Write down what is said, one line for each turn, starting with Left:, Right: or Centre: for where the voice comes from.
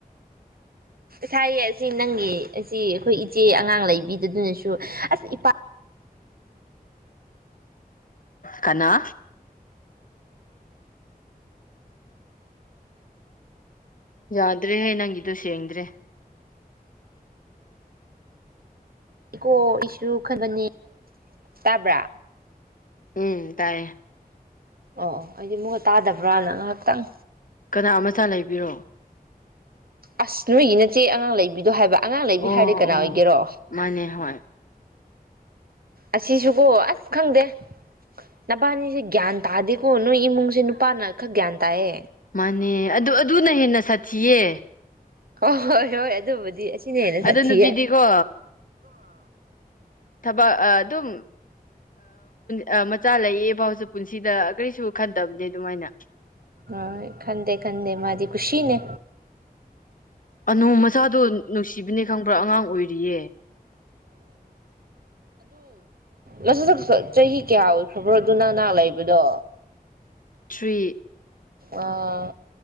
Right: ꯁꯥꯏꯌꯦ ꯁꯤ ꯅꯪꯒꯤ ꯑꯁꯤ ꯑꯩꯈꯣꯏ ꯏꯆꯦ ꯑꯉꯥꯡ ꯂꯩꯕꯤꯗꯗꯨꯅꯁꯨ ꯑꯁ ꯏꯄꯥ
Left: ꯀꯅꯥ ꯌꯥꯗ꯭ꯔꯦꯍ ꯅꯪꯒꯤꯗꯣ ꯁꯦꯡꯗ꯭ꯔꯦ
Right: ꯏꯀꯣ ꯏꯁꯨ ꯈꯟꯕꯅꯤ ꯇꯥꯕ꯭ꯔꯥ
Left: ꯎꯝ ꯇꯥꯏꯌꯦ
Right: ꯑꯣ ꯑꯩꯗꯤ ꯃꯨꯛꯒ ꯇꯥꯗꯕ꯭ꯔꯥꯅ ꯉꯥꯏꯍꯥꯛꯇꯪ
Left: ꯀꯅꯥ ꯑꯃꯆꯥ ꯂꯩꯕꯤꯔꯣ
Right: ꯑꯁ ꯅꯣꯏꯒꯤ ꯅꯆꯦ ꯑꯉꯥꯡ ꯂꯩꯕꯤꯗꯣ ꯍꯥꯏꯕ ꯑꯉꯥꯡ ꯂꯩꯕꯤ
Left: ꯑꯣ
Right: ꯍꯥꯏꯔꯗꯤ ꯀꯅꯥ
Left: ꯑꯣ
Right: ꯑꯣꯏꯒꯦꯔꯣ
Left: ꯃꯥꯅꯦ ꯍꯣꯏ
Right: ꯑꯁꯤꯁꯨꯀꯣ ꯑꯁ ꯈꯪꯗꯦ ꯅꯄꯥꯅꯤꯁꯦ ꯒ꯭ꯌꯥꯟ ꯇꯥꯗꯦꯀꯣ ꯅꯣꯏ ꯏꯃꯨꯡꯁꯦ ꯅꯨꯄꯥꯅ ꯈꯛ ꯒ꯭ꯌꯥꯟ ꯇꯥꯏꯑꯌꯦ
Left: ꯃꯥꯅꯦ ꯑꯗꯨ ꯑꯗꯨꯅ ꯍꯦꯟꯅ ꯁꯥꯊꯤꯌꯦ
Right: ꯍꯣꯏ ꯍꯣꯏ ꯍꯣꯏ ꯑꯗꯨꯕꯨꯗꯤ ꯑꯁꯤꯅ ꯍꯦꯟꯅ
Left: ꯑꯗꯨ
Right: ꯁꯥꯊꯤ
Left: ꯅꯨꯄꯤꯗꯤꯀꯣ
Right: ꯌꯥꯏ <inaudible>
Left: ꯊꯕꯛ ꯑꯗꯨꯝ ꯑ ꯃꯆꯥ ꯂꯩꯌꯦ ꯐꯥꯎꯁꯨ ꯄꯨꯟꯁꯤꯗ ꯀꯔꯤꯁꯨ ꯈꯟꯗꯕꯅꯦ ꯑꯗꯨꯃꯥꯏꯅ
Right: ꯑ ꯈꯪꯗ ꯈꯗ ꯃꯥꯗꯤ ꯈꯁꯤꯤꯅꯦ
Left: ꯑꯅꯨ ꯃꯆꯥꯗꯣ ꯅꯨꯡꯁꯤꯕꯅꯦ ꯈꯪꯕ꯭ꯔꯥ ꯑꯉꯥꯡ ꯑꯣꯏꯔꯤꯌꯦ
Right: ꯂꯁꯨꯗ ꯆꯍꯤ ꯀꯌꯥ ꯑꯣꯏꯈ꯭ꯔꯕ꯭ꯔꯣ ꯑꯗꯨ ꯅꯪꯍ ꯂꯩꯕꯗꯣ
Left: ꯊ꯭ꯔꯤ
Right: ꯑꯥ